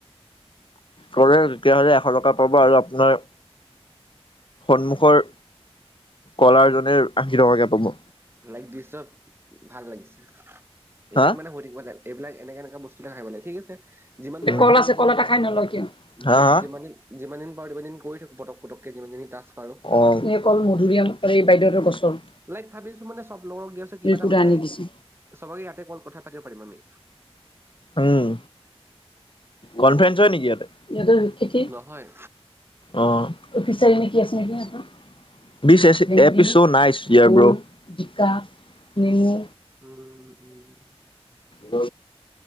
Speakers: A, on the left; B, on the right.
A: কৰে তেতিয়াহলে এশ টকা পাব আৰু আপোনাৰ সন্মুখৰ কলাৰজনে আশী টকাকে পাব
B: লাই দি চব ভাল লাগিছে এবিলাক
A: হা
B: মানে হৈ থাকিব লাগ এইবিলাক এনেকা এনেকা বস্তুবিলাক আহে মানে ঠিক আছে যিমান পাৰো
A: কল
B: যিমান
A: আছে
B: দিন
A: কল এটা খাই নলয় কিয় হা
B: যি
A: হা
B: যিমান দিন যিমান দিন পাৰো সিমান দিন কৰি থাকো পটকে পটকে যিমানদিনি টাস্ক পাৰো।
A: অ অকল মধুৰিআম এই বাইদেউৰ গছৰ
B: লাইক ভাবিছো মানে সব লগক দিয়াছে কিবা
A: ইউটিউবত
B: এটা মানে
A: আনি দিছে।
B: সবকে ইয়াতে কল কথা পাব পাৰি মানি
A: উম কনফাৰেন্স হয় নিকি ইয়াতে ইয়াতে নাথাকে
B: নহয়
A: অঁ অফিচেল নে কি আছে এনেকে আছে বি এচিচ এপিচৌ নাইছ্ ইয়াবৌ বিকা মেনো
B: হ উম
A: হ